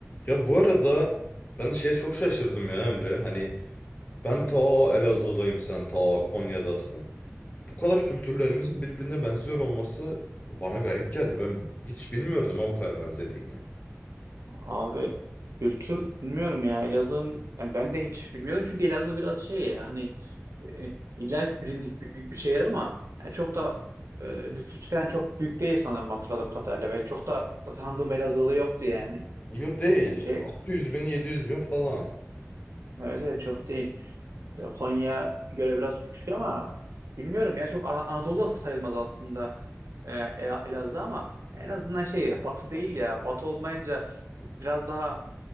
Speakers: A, on the left (about 30°); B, on the right (about 75°).
A: Ya bu arada ben şeye çok şaşırdım ya Emre. Hani ben ta Elazığ'dayım sen ta Konya'dasın. Bu kadar kültürlerimizin birbirine benziyor olması bana garip geldi. Ben hiç bilmiyordum ha bu kadar benzediğini.
B: Abi kültür bilmiyorum ya Elazığ'ın yani ben de hiç bilmiyorum çünkü Elazığ biraz şey ya hani e, illa ki bilindik büyük bir şehir ama yani çok da e, nüfustan çok büyük değil sanırım hatırladığım kadarıyla. Ben çok da tanıdığım Elazığlı yoktu yani.
A: Yo değil.
B: Şey
A: 600 bin 700 bin falan.
B: evet evet çok değil. Konya göre biraz küçük ama bilmiyorum ya çok Ana- Anadolu'da sayılmaz aslında e, E- Elazığ ama en azından şey ya batı değil ya batı olmayınca biraz daha